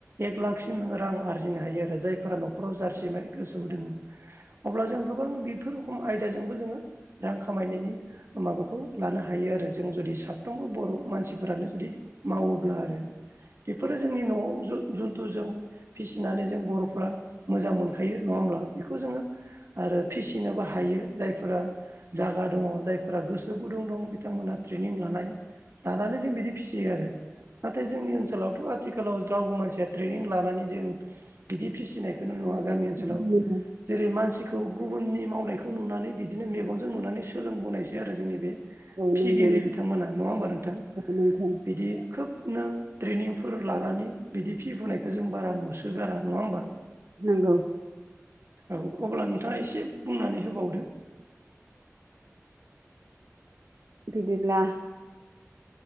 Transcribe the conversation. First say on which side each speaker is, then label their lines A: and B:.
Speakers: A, on the right (about 55°); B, on the right (about 70°).
A: एक लाखसिम नोङो रां आरजिनो हायो आरो जायफोरा न'खराव जारसि गोसोआव दोङो अब्ला जों गोबां बेफोर रखम आयदाजोंबो जोङो रां खामायनायनि माबाखौ लानो हायो आरो जों जुदि सा फ्रोमबो बर मानसिफ्रानो जुदि मावोब्ला आरो बेफोरो जोंनि न'आव जु जुन्थु जों फिसिनानै जों बर'फोरा मोजां मोनखायो नङा होमब्ला बेखौ जोङो आरो फिसिनोबो हायो जायफोरा जागा दङ जायफोरा गोसो गुदुं दं बिथांमोनहा ट्रेनिं लानाय लानानै जों बिदि फिसियो आरो नाथाय जोंनि ओनसोलावथ' आथिखालाव रावबो मानसिया ट्रेनिं लानानै जों बिदि फिसिनाय खौनो नुया गामि ओनोलाव
B: नंगौ
A: जेरै मानसि खौ गुबुननि मावनायखौ नुनानै बिदिनो मेगनजों नुनानै सोलोंबोनायसै आरो जोंनि बि
B: औ
A: फिगिरि
B: नंगौ
A: बिथांमोना नङा होमबा नोंथां
B: नोंथां
A: बिदि खोबनो ट्रेनिंफोर लानानै बिदि फिफुनायखौ जों बारा नुसोगारा नङा होमबा?
B: नंगौ
A: औ अब्ला नोंथाङा एसे बुंनानै होबावदो
B: बिदिब्ला